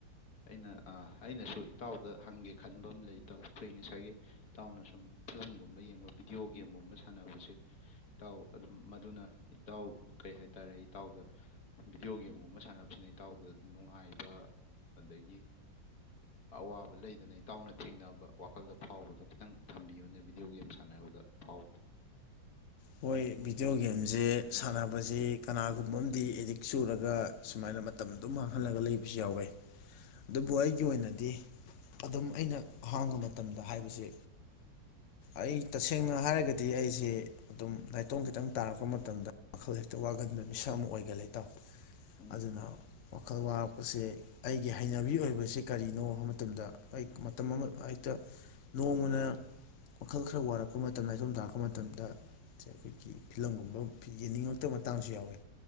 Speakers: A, on the left; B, on the left.
A: ꯑꯩꯅ ꯑꯥ ꯑꯩꯅꯁꯨ ꯏꯇꯥꯎꯗ ꯍꯪꯒꯦ ꯈꯟꯕ ꯑꯝ ꯂꯩ ꯏꯇꯥꯎ ꯈꯣꯏ ꯉꯁꯥꯏꯒꯤ ꯏꯇꯥꯎꯅ ꯁꯨꯝ ꯐꯤꯂꯝꯒꯨꯝꯕ ꯌꯦꯡꯕ ꯕꯤꯗꯤꯑꯣ ꯒꯦꯝꯒꯨꯝꯕ ꯁꯥꯟꯅꯕꯁꯦ ꯏꯇꯥꯎ ꯑꯗꯨꯝ ꯃꯗꯨꯅ ꯏꯇꯥꯎ ꯀꯩ ꯍꯥꯏ ꯇꯥꯔꯦ ꯏꯇꯥꯎꯗ ꯚꯤꯗꯤꯑꯣ ꯒꯦꯝꯒꯨꯝꯕ ꯁꯥꯟꯅꯕꯁꯤꯅ ꯏꯇꯥꯎꯗ ꯅꯨꯡꯉꯥꯏꯕ ꯑꯗꯒꯤ ꯑꯋꯥꯕ ꯂꯩꯗꯅ ꯏꯇꯥꯎꯅ ꯊꯦꯡꯅꯕ ꯋꯥꯈꯜꯗ ꯐꯥꯎꯕꯗꯣ ꯈꯤꯇꯪ ꯊꯝꯕꯤꯌꯨꯅꯦ ꯚꯤꯗꯤꯑꯣ ꯒꯦꯝ ꯁꯥꯟꯅꯕꯗ ꯐꯥꯎꯕꯗ
B: ꯍꯣꯏ ꯚꯤꯗꯤꯑꯣ ꯒꯦꯝꯖꯦ ꯁꯥꯟꯅꯕꯖꯤ ꯀꯅꯥꯒꯨꯝꯕ ꯑꯝꯗꯤ ꯑꯦꯗꯤꯛ ꯆꯨꯔꯒ ꯁꯨꯃꯥꯏꯅ ꯃꯇꯝ ꯑꯗꯨꯝ ꯃꯥꯡꯍꯜꯂꯒ ꯂꯩꯕꯁꯨ ꯌꯥꯎꯋꯦ ꯑꯗꯨꯕꯨ
A: ꯎꯝ
B: ꯑꯩꯒꯤ ꯑꯣꯏꯅꯗꯤ ꯑꯗꯨꯝ ꯑꯩꯅ ꯑꯍꯥꯡꯕ ꯃꯇꯝꯗ ꯍꯥꯏꯕꯁꯦ ꯑꯩ ꯇꯁꯦꯡꯅ ꯍꯥꯏꯔꯒꯗꯤ ꯑꯩꯁꯦ ꯑꯗꯨꯝ ꯅꯥꯏꯇꯣꯝ ꯈꯤꯇꯪ ꯇꯥꯔꯛꯄ ꯃꯇꯝꯗ ꯋꯥꯈꯜ ꯍꯦꯛꯇ ꯋꯥꯒꯟꯕ ꯃꯤꯁꯛ ꯑꯃ ꯑꯣꯏꯒꯜꯂꯤ ꯏꯇꯥꯎ
A: ꯎꯝ
B: ꯑꯗꯨꯅ ꯋꯥꯈꯜ ꯋꯥꯕꯁꯤ ꯑꯩꯒꯤ ꯍꯩꯅꯕꯤ ꯑꯣꯏꯕꯁꯤ ꯀꯔꯤꯅꯣ ꯃꯇꯝꯗ ꯑꯩ ꯃꯇꯝ ꯑꯃ ꯍꯦꯛꯇ ꯅꯣꯡꯃꯅ ꯋꯥꯈꯜ ꯈꯔ ꯋꯥꯔꯛꯄ ꯃꯇꯝ ꯅꯥꯏꯇꯣꯝ ꯇꯥꯔꯛꯄ ꯃꯇꯝꯗ ꯑꯈꯣꯏꯒꯤ ꯐꯤꯂꯝꯒꯨꯝꯕ ꯌꯦꯡꯅꯤꯡꯉꯛꯇ ꯃꯇꯥꯡꯁꯨ ꯌꯥꯎꯋꯤ